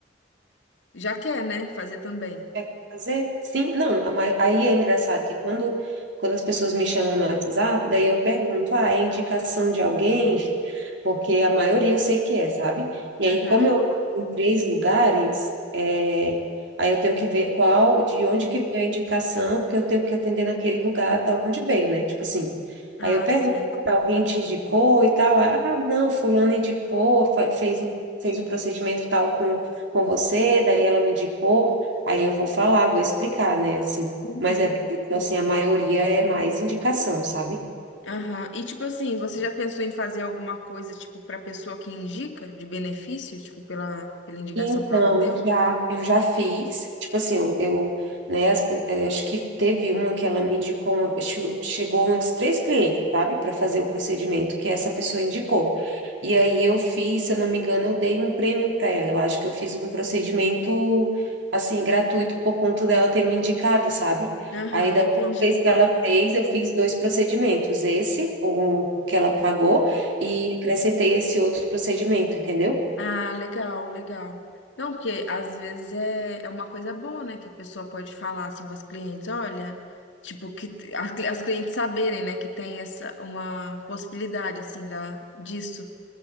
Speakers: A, on the left; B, on the right.
A: já quer, né, fazer também.
B: quer fazer? Sim, não, a ma- aí é engraçado que quando, quando as pessoas me chamam no WhatsApp, daí eu pergunto, ah, é indicação de alguém? <laughs> Porque a maioria eu sei que é, sabe? E
A: Aham.
B: aí, como eu atuo em três lugares, é, aí eu tenho que ver qual, de onde que veio a indicação, porque eu tenho que atender naquele lugar da onde veio, né? Tipo assim,
A: Ah,
B: aí eu pergunto,
A: sim.
B: "Ah, alguém te indicou e tal? Ah, ah, não, fulano indicou, fa- fez, fez o procedimento tal com, com você, daí ela me indicou, Aí eu vou falar, vou explicar, né? Assim,
A: Uhum.
B: mas é, bem isso, assim, a maioria é mais indicação, sabe?
A: Aham. E tipo assim, você já pensou em fazer alguma coisa, tipo, pra pessoa que indica, de benefício, tipo, pela, pela indicação
B: Então,
A: que ela deu?
B: já, eu já fiz, tipo assim, eu, eu, né, as pe- eh, acho que teve uma que ela me indicou, acho- chegou uns três clientes, sabe, para fazer o procedimento que essa pessoa indicou. E aí eu fiz, se eu não me engano, eu dei um prêmio para ela. Eu acho que eu fiz um procedimento, assim, gratuito por conta dela ter me indicado, sabe?
A: Aham,
B: Aí da última
A: entendi.
B: vez que ela fez, eu fiz dois procedimentos, esse, o que ela pagou, e acrescentei esse outro procedimento, entendeu?
A: Ah, legal, legal. Não, porque às vezes é, é uma coisa boa, né? Que a pessoa pode falar assim para as clientes, olha, tipo, que t- as, cli- as clientes saberem, né, que tem essa uma possibilidade assim da disso.